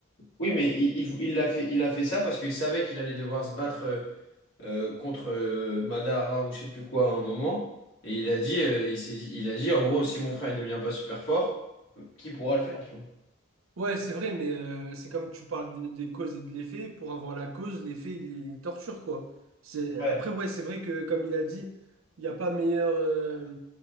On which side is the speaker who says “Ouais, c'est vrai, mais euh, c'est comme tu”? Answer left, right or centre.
Right